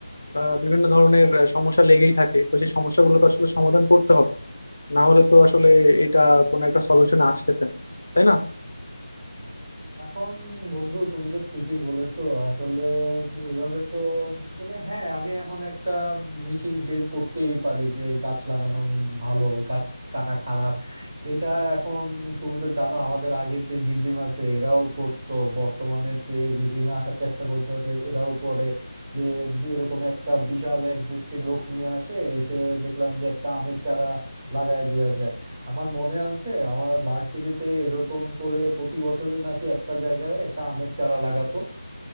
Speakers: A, on the left; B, on the right.
A: আহ, বিভিন্ন ধরনের আহ, সমস্যা লেগেই থাকে তো সেই সমস্যাগুলো তো আসলে সমাধান করতে হবে না হলে তো আসলে এটা কোনো একটা সলিউশনে আসতেছে না তাই না
B: এখন বন্ধু তুমি তো ঠিকই বলেছো আসলে এইভাবে তো তুমি হ্যাঁ আমি এখন একটা মিছিল বের করতেই পারি যে গাছ লাগানো ভালো গাছ কাটা খারাপ এটা এখন তুমি তো জানো আমাদের আগের যে রিজিম আছে এরাও করতো বর্তমানে যে রিজিমে আসার চেষ্টা করতেছে এরাও করে যে এরকম একটা বিশাল এক গোষ্ঠীর লোক নিয়ে আসে এসে দেখলাম যে একটা আমের চারা লাগায় দেওয়া যায় আমার মনে আছে আমার ভার্সিটিতে এরকম করে প্রতি বছরই নাকি একটা জায়গায় একটা আমের চারা লাগাতো